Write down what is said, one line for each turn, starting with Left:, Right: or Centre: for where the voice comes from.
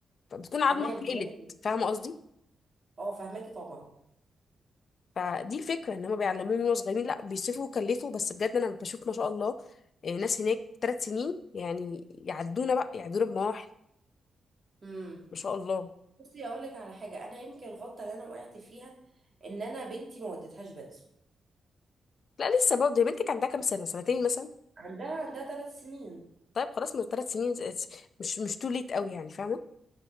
Left: فبتكون عظمه
Right: تمام
Left: اتقلت
Right: فهمت
Left: فاهمه قصدي
Right: اه فهماكي طبعا
Left: فدي الفكره ان هم بيعلموه من وهو صغيرين لا بيصرفوا ويكلفوا بس بجد انا بشوف ما شاء الله آه، ناس هناك ثلاث سنين يعني يعدونا بقى يعدونا بمراحل
Right: امم
Left: ما شاء الله
Right: بصي اقول لك على حاجه انا يمكن الغلطه اللي انا وقعت فيها ان انا بنتي ما وديتهاش بدري
Left: لا لسه برضه يا بنتك عندها كام سنه سنتين مثلا
Right: عندها عندها ثلاث سنين
Left: طيب خلاص من ثلاث سنين ز- مش مش تو ليت قوي يعني فاهمه